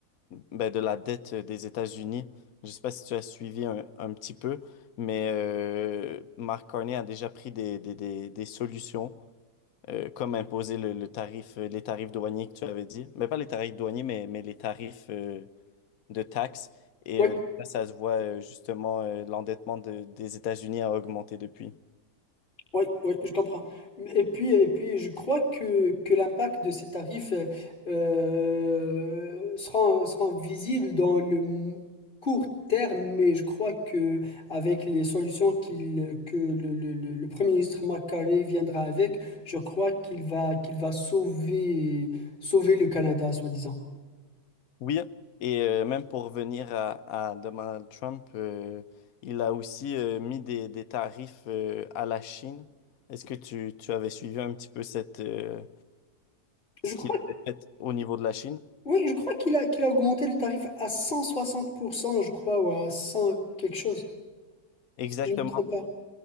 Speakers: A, on the left; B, on the left.
A: ben, de la dette euh, des États-Unis. Je ne sais pas si tu as suivi un, un petit peu, mais euh, Mark Carney a déjà pris des, des, des, des solutions, euh, comme imposer le, le tarif, euh, les tarifs douaniers que tu avais dit. Mais pas les tarifs douaniers, mais, mais les tarifs euh, de taxes. Et
B: Oui,
A: euh, ça, ça se voit euh, justement, euh, l'endettement de- des États-Unis a augmenté depuis.
B: Oui, oui, je comprends. Et puis, et puis je crois que, que l'impact de ces tarifs euh, sera, sera visible dans le m- court terme, mais je crois que avec les solutions qu'il, que le, le- le- le Premier ministre McCartney viendra avec, je crois qu'il va, qu'il va sauver, sauver le Canada, soi-disant.
A: Oui, et euh, même pour revenir à, à Donald Trump, euh, il a aussi euh, mis des, des tarifs euh, à la Chine. Est-ce que tu, tu avais suivi un petit peu cette, euh,
B: Je
A: ce
B: crois,
A: qu'il avait fait au niveau de la Chine?
B: oui, je crois qu'il a, qu'il a augmenté le tarif à cent soixante pour cent, je crois, ou à cent quelque chose,
A: Exactement.
B: si je ne me trompe pas.